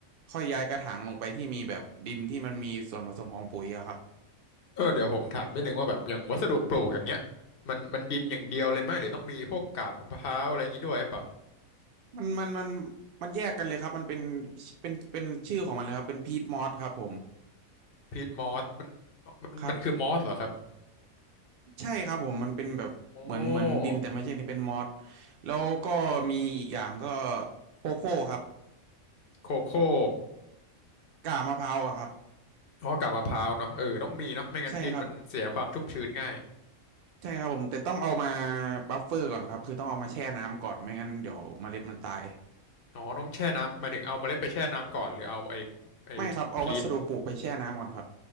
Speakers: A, on the right (about 65°); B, on the left (about 50°).
A: ค่อยย้ายกระถางลงไปที่มีแบบดินที่มันมีส่วนผสมของปุ๋ยอะครับ
B: เออเดี๋ยวผมถามนิดนึงว่าแบบอย่างวัสดุปลูกอย่างเงี้ยมันมันดินอย่างเดียวเลยไหมหรือต้องมีพวกกาบมะพร้าวอะไรอย่างงี้ด้วยหรือเปล่า
A: มันมันมันมันแยกกันเลยครับมันเป็นเป็นเป็นชื่อของมันเลยครับเป็นพีทมอสครับผม
B: พีทมอสมันมันมันคือมอสเหรอครับ
A: ครับใช่ครับผมมันเป็นแบบเหมือนเหมือนดินแต่ไม่ใช่นี่เป็นมอส
B: โอ้
A: แล้วก็มีอีกอย่างก็โคโค่ครับ
B: โคโค่
A: กากมะพร้าวอะครับ
B: อ๋อกาบมะพร้าวเนาะเออต้องมีเนาะไม่งั้นดินมันเสียความชุ่มชื้นง่าย
A: ใช่ครับใช่ครับผมแต่ต้องเอามาบัฟเฟอร์ก่อนครับคือต้องเอามาแช่น้ำก่อนไม่งั้นเดี๋ยวเมล็ดมันตาย
B: อ๋อต้องแช่น้ำหมายถึงเอาเมล็ดไปแช่น้ำก่อนหรือเอาไอ้ไอ้พีช
A: ไม่ครับเอาวัสดุปลูกไปแช่น้ำก่อนครับ